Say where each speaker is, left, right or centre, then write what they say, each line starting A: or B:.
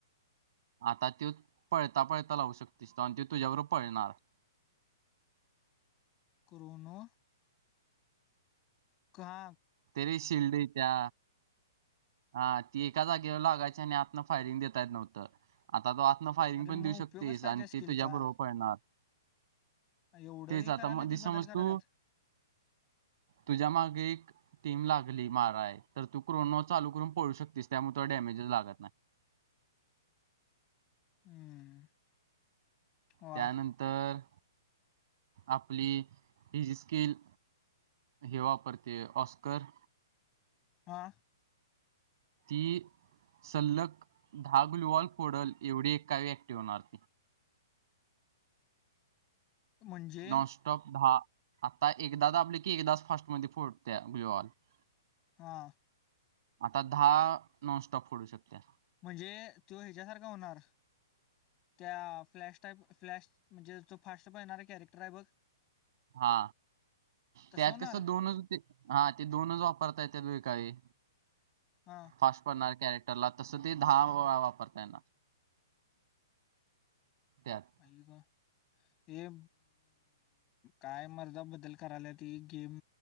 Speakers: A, on the right; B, on the left.
A: आता त्यो पळता पळता लावू शकतेस <unintelligible> ती तुझ्या बरोबर पळणार आहे.
B: क्रोनो का
A: तेरी शिल्डीच्या हा ती एका जागेवर लागायची आणि आतन फायरिंग देत्या येत नव्हतं. आता तो आतनं फायरिंग
B: अरे
A: पण
B: मग
A: देऊ शकतेस
B: उपयोगच काय
A: आणि
B: त्या स्किलचा
A: ती तुझ्याबरोबर पळणार.
B: एवढं
A: तेच
B: हे करायला
A: आता मधी
B: ती बदल
A: समज
B: करायल्यात
A: तू तुझ्या मागे एक टीम लागली माराय तर तू क्रोनो चालू करून पळू शकतेस त्यामुळे त डॅमेजेस लागत नाही.
B: हम्म. वा
A: त्यानंतर आपली हि जी स्किल हे वापरते ऑस्कर
B: हा.
A: ती सल्लग धागुलवॉल फोडल एवढी एकावी ऍक्टिव होणार.
B: म्हणजे
A: नॉनस्टॉप दहा आता एकदा दाबल की आपले की एकदाच फार्स्टमध्ये फोडत्या <unintelligible>
B: हा.
A: आता दहा नॉनस्टॉप फोडू शकत्या.
B: म्हणजे तो ह्याच्यासारखं होणार? त्या फ्लॅश टाईप फ्लॅश म्हणजे तो जो फास्ट पळणारा आहे कॅरेक्टर आहे बघ?
A: हा
B: तसं
A: त्यात
B: होणार
A: कसं दोनच ते हा ते दोनच वापरताय येऱ्यात काय.
B: हा.
A: पा पडणार कॅरेक्टरला तस ते दहा वळा वापरता येनार त्यात.
B: आ का हे काय मर्दा बदल करायल्यात. ती गेम